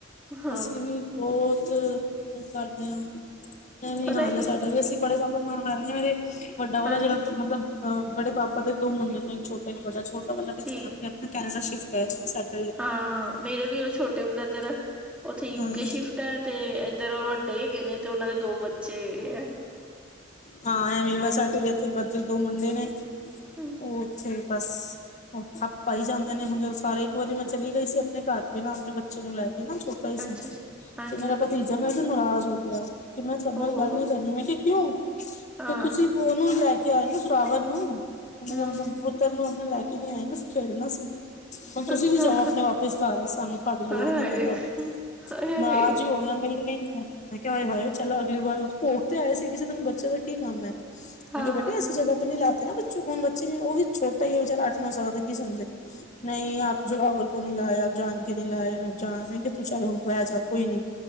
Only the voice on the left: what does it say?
ਅਸੀਂ ਵੀ ਬਹੁਤ ਕਰਦੇ ਹਾਂ। ਐਵੇਂ
ਹਾਲ ਹੈ
ਸਾਡਾ ਵੀ ਅਸੀਂ ਬੜੇ ਪਾਪਾ ਨਾਲ ਰਹਿੰਦੇ ਨੇ ਮੇਰੇ, ਵੱਡਾ ਵਾਲਾ
ਜਿਹੜਾ ਮਤਲਬ ਅਹ ਬੜੇ ਪਾਪਾ ਦੇ ਦੋ ਮੁੰਡੇ ਨੇ ਛੋਟਾ ਇਕ ਬੱਡਾ ਛੋਟਾ ਵਾਲਾ ਅਪਣੀ
ਫੈਮਲੀ ਆਪਣਾ ਕੈਨੇਡਾ ਸ਼ਿਫਟ ਹੈ। ਸਾਡਾ
ਹਾਂ,
ਹਾਂ ਐਵਾ ਸਾਡੇ ਵੀ ਇੱਥੇ ਵੱਡੇ ਦੋ ਮੁੰਡੇ ਨੇ
ਊਥੇ ਬਸ। ਉਹ ਖਪ ਪਾਈ ਜਾਂਦੇ ਨੇ, ਹੁਣ ਜਦੋਂ ਸਾਰੇ ਇੱਕ ਵਾਰੀ ਮੈਂ ਚਲੀ ਗਈ ਸੀ ਆਪਣੇ ਘਰ ਵੀ ਨਾ। ਆਪਣੇ ਬੱਚੇ ਨੂੰ ਲੈ ਕੇ ਨਾ ਛੋ ਪੈ
ਸਨ। <unintelligible>
ਤੇ ਮੇਰਾ
ਭਤੀਜਾ ਮੈਂ ਤੋ ਨਰਾਜ਼ ਹੋ ਗਿਆ। ਕਿ ਮੈਂ ਤੁਹਾਡੇ
ਨਾਲ ਗੱਲ
ਨੀ ਕਰਨੀ, ਮੈਂ ਕਿਹਾ ਕਿਉਂ।
ਤੇ ਤੁਸੀਂ ਉਹਨੂੰ ਲੈ ਕੇ ਆਏ ਨਾ ਜਰਾਵਰ ਨੂੰ, ਉਹੇ
ਦਾ ਮਤਲਬ ਪੁੱਤਰ ਨੂੰ ਆਪਣੇ ਲੈ ਕੇ ਨਹੀਂ ਆਏ ਅਸੀ ਖੇਡਣਾ ਸੀ। ਹੁਣ ਤੁਸੀਂ
ਵੀ ਜਾਓ ਆਪਣੇ ਵਾਪਿਸ ਘਰ ਸਾਨੂੰ ਤੁਹਾਡੀ
ਲੋੜ
ਨੀ, ਕਹਿੰਦਾ।
ਨਾਰਾਜ ਹੀ ਹੋ ਜਾਂ, ਮਿਲਣੀ ਨੀ ਮੈ। ਮੈਂ ਕਿਹਾ ਹਾਏ-ਹਾਏ ਚੱਲ ਅਗਲੀ ਵਾਰ, ਭੋਗ ਤੇ ਆਏ ਸੀ। ਇਸੇ ਦਿਨ ਬੱਚੇ ਦਾ ਕੀ ਕੰਮ ਹੈ।
ਮੈਂ ਕਿਆ ਬੇਟੇ ਐਸੀ ਜਗਾ ਤੇ ਨੀ ਲਾ ਤੇ ਬ ਛੋ ਬੱਚੇ ਹੁਣ ਬੱਚੇ ਉਹ ਵੀ ਛੋਟਾ ਹੀ ਹੈ ਵਿਚਾਰਾ ਅੱਠ- ਨੌ ਸਾਲਾਂ ਦਾ ਕੀ ਸਮਝੇ ਨਹੀਂ ਆਪ ਜੋਰਾਵਰ ਕੋ ਨਈ ਲਾਏ ਆਪ ਜਾਣ ਕੇ ਨਹੀਂ ਲਾਏ ਮ ਜਾਣ ਮੈਂ ਕਿ ਤੂੰ ਚੱਲ ਬੈ ਜ ਕੋਈ ਨਈ